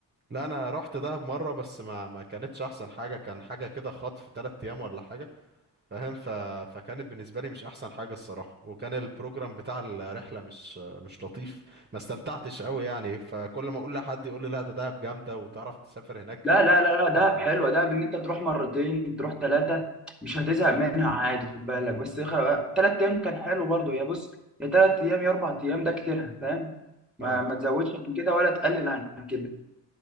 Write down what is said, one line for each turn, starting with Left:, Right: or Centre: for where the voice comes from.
Right: لا انا رحت دهب مره بس ما ما كانتش احسن حاجه كان حاجه كده خطف 3 ايام ولا حاجه فاهم ف... فكانت بالنسبه لي مش احسن حاجه الصراحه وكان البروجرام بتاع الرحله مش مش لطيف ما استمتعتش قوي يعني فكل ما اقول لحد يقول لي لا ده دهب جامده وتعرف تسافر هناك
Centre: لا لا لا لا دهب
Right: استمتع
Centre: حلوه دهب ان انت تروح مرتين تروح ثلاثه مش هتزهق منها عادي خد بالك بس ثلاث ايام كان حلو برضو يا بص يا ثلاث ايام يا اربع ايام ده كتير فاهم
Right: اه
Centre: ما ما تزودش عن كده ولا تقلل عن كده